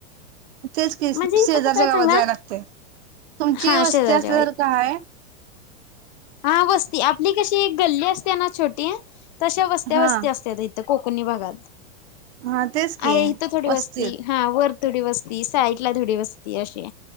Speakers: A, on the right; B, on the left.
A: तेच केस
B: म्हणजे
A: दुस
B: इथं कसं
A: दर
B: आहे
A: जगावाज
B: सांगा
A: जाय लागते.. तुमची
B: हा
A: वस्ती
B: शेजारच्या
A: असली
B: बाई
A: तर काय.
B: हा वस्ती आपली कशी एक गल्ली असते. त्यांना छोटी तश्या वस्त्या
A: हा
B: वस्ती असत इथ कोकणी भागात.
A: हा तेच की
B: आहे इथ थोडी
A: वस्तीत
B: वस्ती हा वर थोडी वस्ती साईडला थोडी वस्ती अशी.